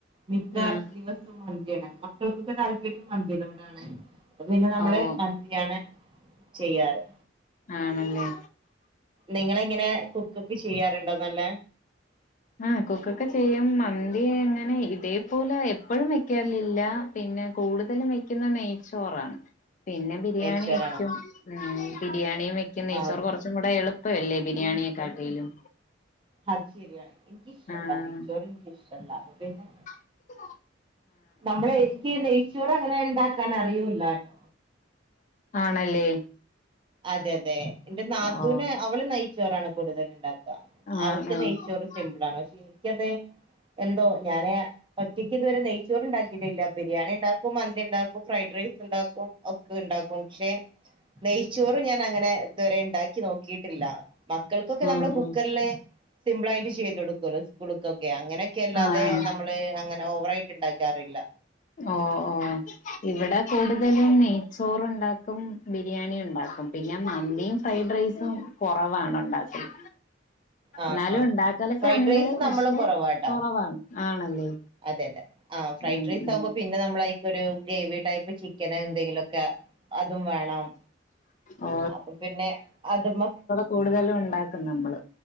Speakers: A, on the right; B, on the left.
A: മിക്ക
B: ആഹ്
A: ദിവസം മന്ത്യാണ് മക്കൾക്കൊക്കെ താല്പര്യം മന്തിനോടാണ് അപ്പപിന്നെ നമ്മള്
B: ഓഹ്
A: മന്തിയാണ് ചെയ്യാറ്
B: ആണല്ലേ
A: നിങ്ങളെങ്ങനെ കുക്ക് ഒക്കെ ചെയ്യാറുണ്ടോ നല്ല
B: ആ കുക്കൊക്കെ ചെയ്യും മന്തി അങ്ങനെ ഇതേപോലെ എപ്പഴും വെക്കലില്ല. പിന്നെ കൂടുതലും വെക്കുന്ന നെയ്ച്ചോറാണ്. പിന്നെ ബിരിയാണി
A: നെയ്ച്ചോറാണോ
B: വെക്കും ഉം. ബിരിയാണിയും വെക്കും നെയ്ച്ചോർ
A: ആ
B: കൊറച്ച കൂടെ എളുപ്പമല്ലേ ബിരിയാണിയെക്കാട്ടിലും.
A: അത് ശരിയ എനിക്ക് ഇഷ്ടല്ല
B: ആഹ്
A: നെയച്ചോർ നിക്ക് ഇഷ്ടമല്ല അപ്പ പിന്നെ
B: ആഹ
A: നമ്മള് എനിക്ക് നെയ്ച്ചോർ ങ്ങനെ ണ്ടാക്കാൻ അറിയൂല്ലട്ടോ
B: ആണല്ലേ?
A: അതെ അതെ എന്റെ നാത്തുന്
B: ഓഹ്
A: അവള് നെയ്ച്ചോറാണ് കൂടുതൽ ഉണ്ടാക്കുക. അവക്ക്
B: ആഹ് ആഹ്
A: നെയച്ചോറ് സിമ്പളാണ് ശിൻക്കത് എന്തോ ഞാന് ഒറ്റയ്ക്ക് ഇതുവരെ നെയ്ച്ചോറ്ണ്ടാക്കിയിട്ടില്ല. ബിരിയാണിണ്ടാക്കും മന്തിണ്ടാക്കും. ഫ്രൈഡ് റൈസ് ഉണ്ടാക്കും ഒക്കെ ഉണ്ടാക്കും ക്ഷെ നെയ് ചോർ ഞാൻ ങ്ങനെ ഇതുവരെണ്ടാക്കി നോക്കിയിട്ടില്ല. മക്കൾക്കൊക്കെ
B: ഉം
A: നമ്മൾ കുക്കർല്
B: ഉം ഉം
A: സിമ്പിളായിട്ട് ചെയ്തുടുക്കല്ലോ? സ്കുളുക്കൊക്കെ അങ്ങനെയൊക്കെ അല്ലാതെ
B: ആഹ്
A: നമ്മള് അങ്ങനെ ഓവറയിട്ട് ണ്ടാക്കാറില്ല.
B: ഓ ഓ ഇവിടെ കൂടുതലും നെയ്ച്ചോറുണ്ടാക്കും ബിരിയാണിയും ഉണ്ടാക്കും പിന്നെ മന്തി ഫ്രൈഡ് റൈസും കുറവാണ് ഉണ്ടാക്കല്
A: ആഹ്
B: ന്നാലും
A: ആഹ്
B: ണ്ടാക്കല്
A: ഫ്രൈഡ്
B: ക്കെണ്ട്
A: റൈസ് നമ്മളും
B: പക്ഷെ
A: കുറവാട്ടോ
B: കുറവാണ്. ആണല്ലേ
A: അതെ അതെ ആ് ഫ്രൈഡ്
B: ഉം
A: റൈസ്
B: ഉം
A: ആകുമ്പോ
B: ഉം
A: പിന്നെ നമ്മളയ്ക്കൊരു ഗ്രേവി ടൈപ്പ് ചിക്കൻ എന്തെങ്കിലെക്കെ അതും വേണം
B: ഓ
A: അപ്പൊ പിന്നെ അതുമ
B: കൂടുതലു ഉണ്ടാക്കും നമ്മള്.